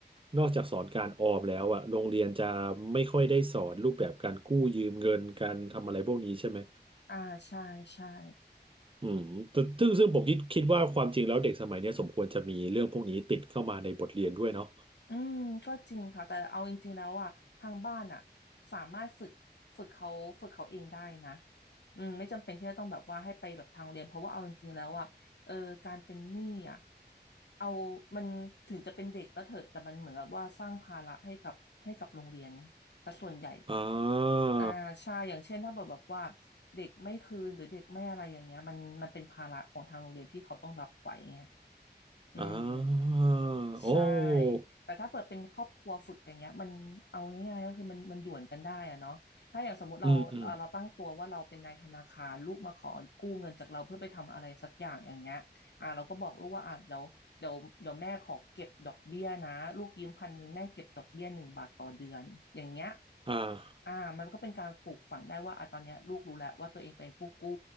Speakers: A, on the right; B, on the left.
A: นอกจากสอนการออมแล้วอะโรงเรียนจะไม่ค่อยได้สอนรูปแบบการกู้ยืมเงินการทำอะไรพวกนี้ใช่ไหม
B: อ่าใช่ใช่
A: อืมแต่ซึ่งซึ่งผมคิดคิดว่าความจริงแล้วเด็กสมัยเนี้ยสมควรจะมีเรื่องพวกนี้ติดเข้ามาในบทเรียนด้วยเนาะ
B: อืมก็จริงค่ะแต่เอาจริงๆแล้วอ่ะทางบ้านอ่ะสามารถฝึกฝึกเขาฝึกเขาเองได้นะอืมไม่จำเป็นที่จะต้องแบบว่าให้ไปแบบทางเรียนเพราะว่าเอาจริงๆแล้วอ่ะเออการเป็นหนี้อ่ะเอามันถึงจะเป็นเด็กก็เถอะแต่มันเหมือนกับว่าสร้างภาระให้กับให้กับโรงเรียนแต่ส่วนใหญ่
A: อ่า
B: อ่าใช่อย่างเช่นถ้าแบบแบบว่าเด็กไม่คืนหรือเด็กไม่อะไรอย่างเงี้ยมันมันเป็นภาระของทางโรงเรียนที่เขาต้องรับไว้ไงอืม
A: อ่าโอ้
B: ใช่แต่ถ้าเปิดเป็นครอบครัวฝึกอย่างเงี้ยมันเอาง่ายๆก็คือมันมันหยวนกันได้อะเนาะถ้าอย่างสมมติเราเราเราตั้งตัวว่าเราเป็นนายธนาคารลูกมาขอกู้เงินจากเราเพื่อไปทำอะไรสักอย่างอย่างเงี้ยอ่าเราก็บอกลูกว่าอ่าเดี๋ยวเดี๋ยวเดี๋ยวแม่ขอเก็บดอกเบี้ยนะลูกยืมพันหนึ่งแม่เก็บดอกเบี้ยหนึ่งบาทต่อเดือนอย่างเงี้ย
A: อืมอืมอ่า
B: อ่ามันก็เป็นการปลูกฝังได้ว่าอ่ะตอนเนี้ยลูกรู้แล้วว่าตัวเองเป็นผู้กู้